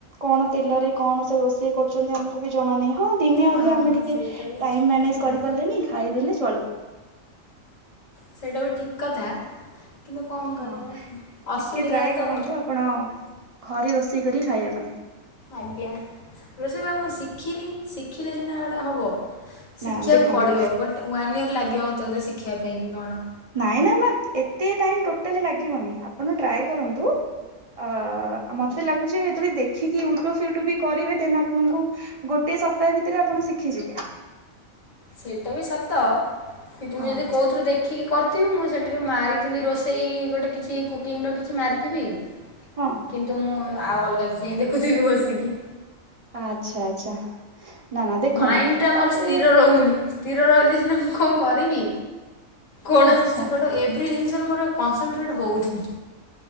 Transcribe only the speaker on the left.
ହଁ
ସେଇଟା ବି
ଠିକ୍
କଥା।
ସେଇଟା ବି ଠିକ୍ କଥା କିନ୍ତୁ କଣ
କରିବା ଅସୁବିଧା
ତ।
ଆଜ୍ଞା ରୋଷେଇ ବା ମୁଁ ଶିଖିନି। ଶିଖିଲେ ସିନା ଗୋଟେ ହେବ ଶିଖିବାକୁ
ପଡ଼ିବ ଗୋ ୱାନ୍ ଇୟର ଲାଗିବ ମତେ ଶିଖିବା ପାଇଁ କି କଣ?
ସେଇଟା ବି ସତ କିନ୍ତୁ ମୁଁ
ଯଦି କୋଉଥିରୁ ଦେ ଦେଖିକ କରିଥିବି ମୁଁ ସେଠିରେ ମାରିଥିବି ରୋଷେଇ ଗୋଟେ କିଛି କୁକିଂ ର କିଛି ମାରିଥିବି
କିନ୍ତୁ ମୁଁ ଆଉ ଅଲଗା କିଛି ହାଇଁ ଦେଖୁଛି ବି ବସିକି।
ମାଇଣ୍ଡ ଟା ଆମର
ସ୍ଥିର ରହୁନି। ସ୍ଥିର ରହିଲେ ସିନା ମୁଁ କଣ କରିବି କୌଣସି
ଗୋଟ ଏ ଜିନିଷରେ ମୋର କନସେଟ୍ରେଟ୍ ହଉନି।